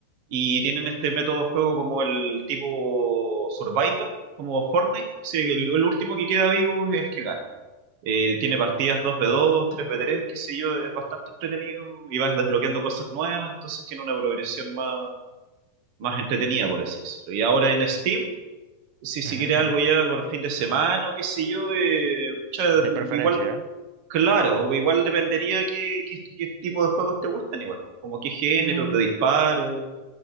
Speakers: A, on the right (about 50°); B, on the right (about 80°).
A: y tienen este método de juego como el tipo Survival, como Fortnite. Sí, el el último que queda vivo es el que gana. Eh, tiene partidas dos v dos tres v tres qué sé yo, es bastante entretenido y vas desbloqueando cosas nuevas, entonces tiene una progresión más, más entretenida, por así decirlo. Y ahora en Steam, si, si
B: Ujú,
A: quieres algo
B: ujú.
A: ya por fin de semana o qué sé yo, eh, pucha,
B: De preferencia,
A: igual, claro, igual dependería qué, qué, qué tipo de juegos te gustan, igual, como qué género,
B: ¿eh?
A: de disparo.